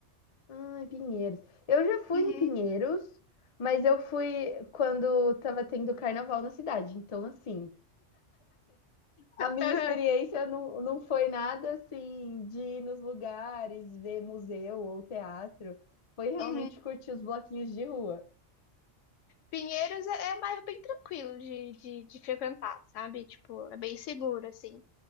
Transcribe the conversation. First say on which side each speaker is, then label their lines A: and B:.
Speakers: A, on the left; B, on the left.
A: Ah, em Pinheiros. Eu já fui
B: Uhum,
A: em Pinheiros, mas eu fui quando tava tendo carnaval na cidade. Então, assim, a minha
B: aham,
A: experiência não, não foi nada assim de ir nos lugares, ver museu ou teatro. Foi realmente
B: uhum.
A: curtir os bloquinhos de rua.
B: Pinheiros é, é um bairro bem tranquilo de, de, de frequentar, sabe? Tipo, é bem seguro, assim.